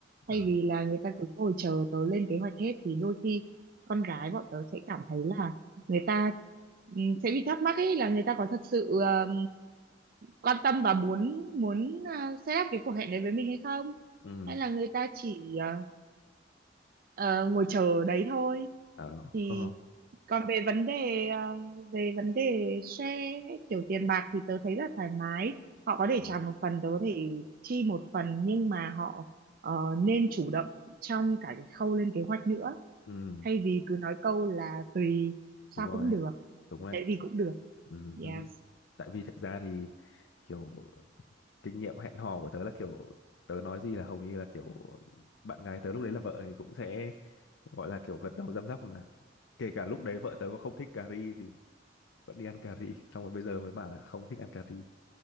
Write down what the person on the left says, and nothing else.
ờ
ừ
ờ
<laughs>
ừ
ừ
đúng rồi
đấy
đúng rồi
Ừ.
Tại vì thực ra thì kiểu kinh nghiệm hẹn hò của tớ là kiểu tớ nói gì là hầu như là kiểu bạn gái tớ lúc đấy là vợ thì cũng sẽ gọi là kiểu gật đầu răm rắp mà kể cả lúc đấy vợ tớ có không thích cà ri thì vẫn đi ăn cà ri <laughs> xong rồi bây giờ mới bảo là không thích ăn cà ri